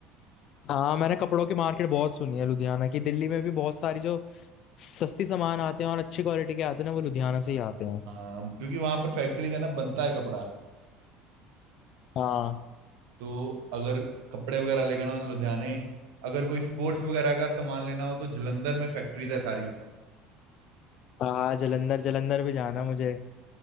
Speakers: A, on the left; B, on the right.
A: हाँ मैंने कपड़ों की मार्केट बहुत सुनी है लुधियाना की दिल्ली में भी बहुत सारी जो सस्ती सामान आते हैं और अच्छी क्वालिटी के आते हैं ना वो लुधियाना से ही आते हैं
B: हाँ क्योंकि वहां पर फैक्ट्रीज है ना बनता है कपड़ा
A: हाँ
B: तो अगर कपड़े वगैरह लेना हो तो लुधियाने अगर कोई स्पोर्ट्स वगैरह का सामान लेना हो तो जलंधर में फैक्ट्रीज है सारी
A: हाँ जलंधर जलंधर भी जाना मुझे